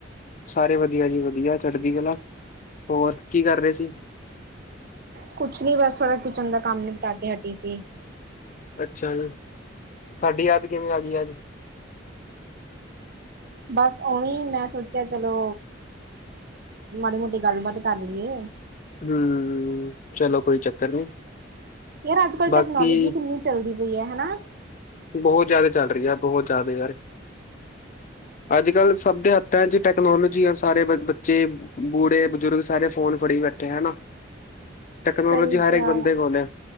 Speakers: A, on the left; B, on the right.
A: ਸਾਰੇ ਵਧੀਆ ਜੀ ਵਧੀਆ ਚੜਦੀ ਕਲਾ ਹੋਰ ਕੀ ਕਰ ਰਹੇ ਸੀ।
B: ਕੁਛ ਨੀ ਬਸ ਥੋੜਾ ਕਿਚਨ ਦਾ ਕੰਮ ਨਿਪਟਾ ਕੇ ਹਟੀ ਸੀ।
A: ਅੱਛਾ ਜੀ, ਸਾਡੀ ਯਾਦ ਕਿਵੇਂ ਆ ਗਈ ਅੱਜ
B: ਬਸ ਓਵੀ ਮੈਂ ਸੋਚਿਆ ਚਲੋ। ਮਾੜੀ ਮੋਟੀ ਗੱਲਬਾਤ ਕਰ ਲਈਏ।
A: ਹੂੰ, ਚਲੋ ਕੋਈ ਚੱਕਰ ਨੀ
B: ਯਾਰ ਅੱਜ ਕੱਲ੍ਹ
A: ਬਾਕੀ
B: ਟੈਕਨੋਲੋਜੀ ਕਿੰਨੀ ਚੱਲਦੀ ਪਈ ਏ ਹਨਾ
A: ਬਹੁਤ ਜ਼ਿਆਦਾ ਚੱਲ ਰਹੀ ਆ ਬਹੁਤ ਜ਼ਿਆਦੇ ਯਰ, ਅੱਜ-ਕੱਲ ਸਭ ਦੇ ਹੱਥਾਂ ਚ ਟੈਕਨੋਲੋਜੀ ਆ ਸਾਰੇ ਬ ਬੱਚੇ, ਬੂੜੇ ਬਜ਼ੁਰਗ ਸਾਰੇ ਫੋਨ ਫੜੀ ਬੈਠੇ ਹਨ। ਟੈਕਨੋਲੋਜੀ
B: ਸਹੀ
A: ਹਰ
B: ਕਿਹਾ
A: ਇੱਕ ਬੰਦੇ ਕੋਲ ਹੈ